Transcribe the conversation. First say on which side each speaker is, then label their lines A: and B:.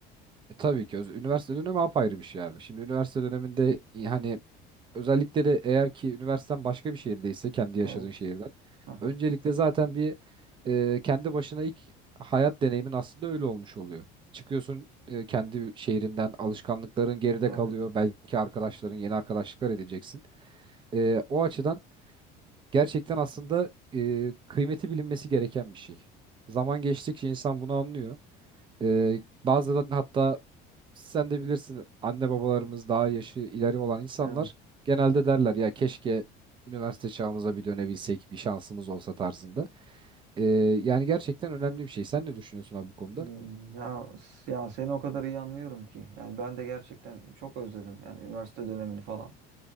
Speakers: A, on the right; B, on the right.
A: E, tabii ki öz- üniversite dönemi apayrı bir şey abi. Şimdi üniversite döneminde e, hani özellikle de eğer ki üniversiten başka bir şehirdeyse kendi yaşadığın
B: Evet.
A: şehirden.
B: Aha.
A: Öncelikle zaten bir e, kendi başına ilk hayat deneyimin aslında öyle olmuş oluyor. Çıkıyorsun e, kendi şehrinden alışkanlıkların geride
B: Evet.
A: kalıyor. Belki arkadaşların yeni arkadaşlıklar edeceksin. E, o açıdan Gerçekten aslında e, kıymeti bilinmesi gereken bir şey. Zaman geçtikçe insan bunu anlıyor. E, bazen hatta sen de bilirsin anne babalarımız daha yaşı ileri olan insanlar
B: Evet.
A: genelde derler ya keşke üniversite çağımıza bir dönebilsek bir şansımız olsa tarzında. E, yani gerçekten önemli bir şey. Sen ne düşünüyorsun abi bu konuda?
B: Hmm, Ya, s- ya seni o kadar iyi anlıyorum ki. Yani ben de gerçekten çok özledim. Yani üniversite dönemini falan.